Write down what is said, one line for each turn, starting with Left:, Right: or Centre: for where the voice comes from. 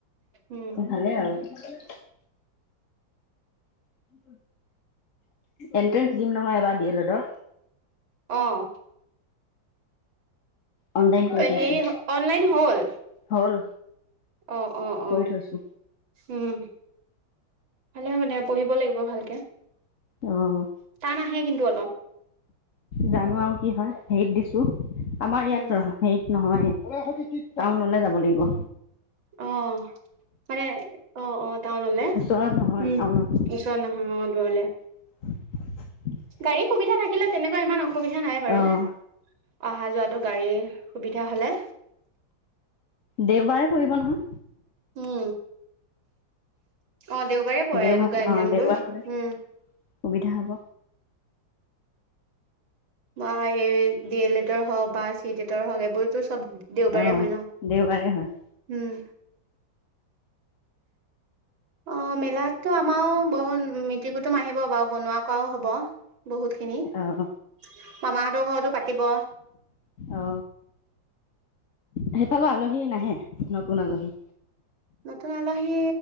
Right: উম
Left: ভালে আৰু <unintelligible> এন্ট্ৰেঞ্চ দিম নহয় বা ডি এল এডৰ
Right: অহ
Left: অনলাইন কৰি থৈছো
Right: হেই অনলাইন হ'ল
Left: হ'ল
Right: অ অ
Left: কৰি
Right: অ
Left: থৈছো
Right: উম ভালে হয়নে পঢ়িব লাগিব ভালকে
Left: অ',
Right: টান আহে কিন্তু অলপ
Left: জানো আৰু কি হয় হেৰিত দিছো আমাৰ
Right: উম,
Left: ইয়াত ৰহ হেই নহয় টাউনলে যাব লাগিব
Right: অ মানে অ অ টাউনলে
Left: ওচৰত নহয়
Right: উম
Left: টাউনত
Right: ওচৰত নহয় অ দূৰলে
Left: <unintelligible>
Right: গাড়ীৰ সুবিধা থাকিলে তেনেকুৱা ইমান অসু অসুবিধা নাই বাৰু।
Left: অ',
Right: অহা যোৱাটো গাড়ীৰ সুবিধা হলে
Left: দেওবাৰে পৰিব নহয়
Right: উম অ দেওবাৰে পঢ়ে
Left: দেওবাৰ
Right: এনেকুৱা একজাম
Left: অ দেওবাৰ
Right: বোৰ
Left: হলে
Right: উম
Left: সুবিধা হ'ব
Right: বা এই ডি এল এডৰ হওক বা চিট এটৰ হওক এইবোৰতো চব দেওবাৰে
Left: আহ
Right: হয় ন
Left: দেওবাৰে হয়
Right: উম, অ মেলাতটো আমাৰো বহুত মিতিৰ কুটুম আহিব বাৰু বনোৱা কৰাও হ'ব বহুত খিনি মামাহঁতৰ
Left: অহ
Right: ঘৰতো পাতিব
Left: অ সেইফালে আলহী নাহে নতুন আলহী
Right: নতুন আলহী